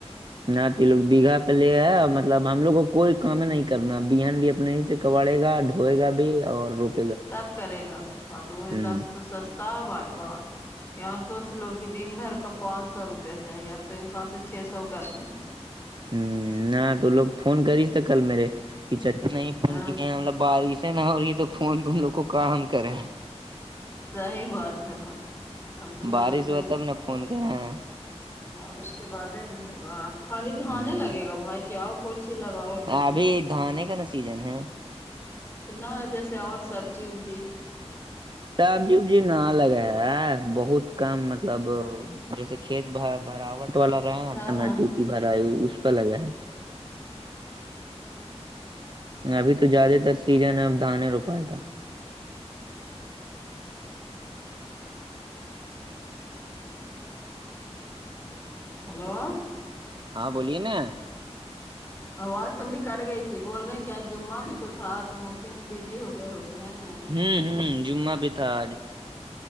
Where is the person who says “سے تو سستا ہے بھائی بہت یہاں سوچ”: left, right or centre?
Left